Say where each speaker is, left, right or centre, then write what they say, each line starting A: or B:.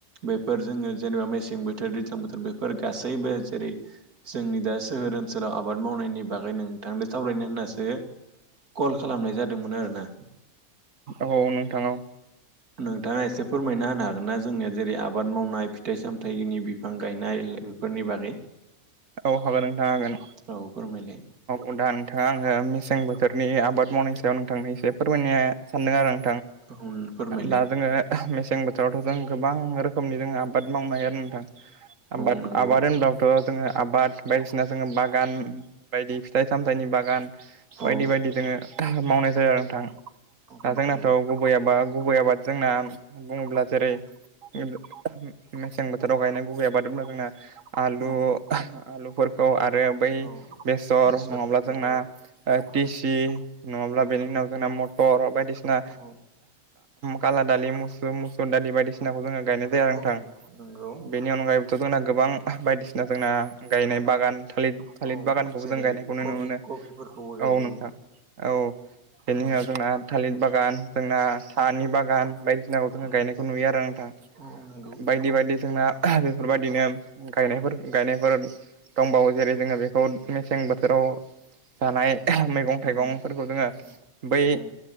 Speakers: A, on the right; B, on the right.
A: बेफोर जोङो जेनेबा मेसें बोथोर दैज्लां बोथोर बेफोर गासैबो जेरै जोंनि दा सोहोर ओन सोलाव आबाद मावनायनि बागै नोंथांजों सावरायनो होनासो कल खालामनाय जादोंमोन आरोना।
B: औ नोंथांङाव
A: नोंथाङा एसे फोरमायना होनो हागोन ना जोंनिया जेरै आबाद मावनाय फिथाइ सामथाइनि बिफां गायनाय बेफोरनि बागै।
B: औ हागोन नोंथाङा हागोन
A: औ फोरमायलाय
B: औ दा नोंथाङा आङो मेसेंबो थोरनि आबाद मावनायनि सायाव नोंथांनो एसे फोरमायनो सानदों आरो आं।
A: औ फोरमायलाय
B: दा जोङो मेसें बोथा रावथ' जों गोबां रोखोमनि जोङो आबाद मावनो हायो आरो नोंथां। आबाद
A: औ नंगौ
B: आबाद होमबाबोथ जोंङो आबाद बायदिसिना जोङो बागान बायदि फिथाइ सामथाइनि बागान बायदि
A: औ
B: बायदि जोङो मावनाय जाया आरो नोंथां
A: औ
B: दा
A: नंगौ
B: जोंनाथ' गुबैयाबा गुबै आबाद जोंना बुङोब्ला जेरै <unintelligible> मेसें बोथोराव गायनांगैयाबादना जोंना आलु
A: औ
B: आलुफोरखौ आरो बै
A: औ
B: बेसर
A: बेसरफोरखौ
B: नङाब्ला जोंना
A: औ
B: ओ टिसि नङाब्ला बेनि उनाव जोंना मटर बायदिसिना
A: औ
B: काला दालि मुसु मुसुर दालि बायदिसिनाखौ जोङो गायनाय जाया नोंथां
A: औ नंगौ
B: बेनि अनगायैबोथ' जोंना गोबां बायदिसिना जोंना गायनाय
A: औ
B: बागान थालिर थालिर
A: औ
B: बागानखौबो
A: जेरै
B: जों गायनायखौ नुनो
A: कबि
B: मोनो
A: कबिफोरखौबो गायजायो
B: औ नोंथां औ बेनि
A: औ
B: उनाव जोंना थालिर बागान जोंना थानि
A: औ
B: बागान बायदिसिनाखौ जोंो
A: औ
B: गायनायखौ नुयो आरो नोंथां
A: औ नंगौ
B: बायदि बायदि जोंना बेफोरबायदिनो गायनायफोर गायनायफोर दंबावो जेरै जोङो बेखौ मेसें बोथोराव जानाय मैगं थाइगंफोरखौ
A: औ
B: जोङो
A: औ
B: बै
A: औ